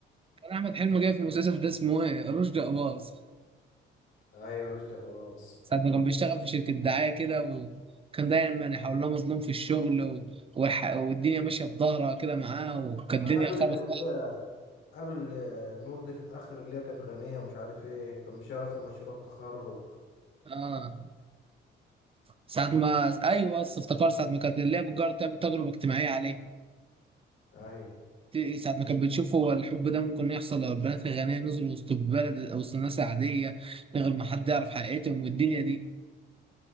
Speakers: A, on the right (about 30°); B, on the left (about 75°).
A: كان احمد حلمي جاي في المسلسل ده اسمه ايه رشدي اباظ
B: ايوه رشدي اباظ
A: ساعة ما كان بيشتغل في شركة دعاية كده وكان دايما يحاول له مظلوم في الشغل و... والح... والدنيا ماشية في ظهرها كده معاه وكانت
B: قابل
A: الدنيا خالص
B: اللي قابل نور دي في الاخر اللي هي كانت غنية ومش عارف ايه كان مشغل في مشروع تخرج
A: اه ساعة ما ايوه بس افتكر ساعة ما كانت اللي هي بتجرب تعمل تجربة اجتماعية عليه
B: ايوه
A: ت- ساعة ما كانت بتشوف هو الحب ده ممكن يحصل لو البنات الغنية نزلوا وسط البلد وسط الناس العادية من غير ما حد يعرف حقيقتهم والدنيا دي